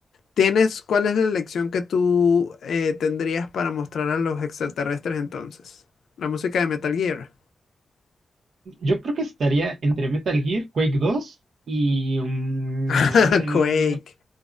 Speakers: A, on the left; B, on the right.
A: ¿Tienes, cuál es la lección que tú eh, tendrías para mostrar a los extraterrestres entonces? La música de Metal Gear.
B: Yo creo que estaría entre Metal Gear, Quake dos y... mm,
A: <laughs> Quake.